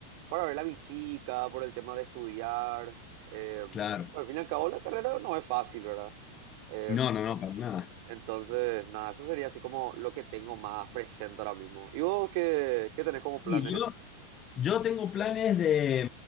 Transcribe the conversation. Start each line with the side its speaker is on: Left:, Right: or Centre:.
Right: para ver a mi chica, por el tema de estudiar, eh, bueno,
Left: Claro.
Right: al fin y al cabo la carrera no es fácil, ¿verdad? Eh,
Left: No, no, no, para nada.
Right: entonces, nada, eso sería así como lo que tengo más presente ahora mismo. ¿Y vos qué, qué tenés como planes?
Left: Y yo, yo tengo planes de,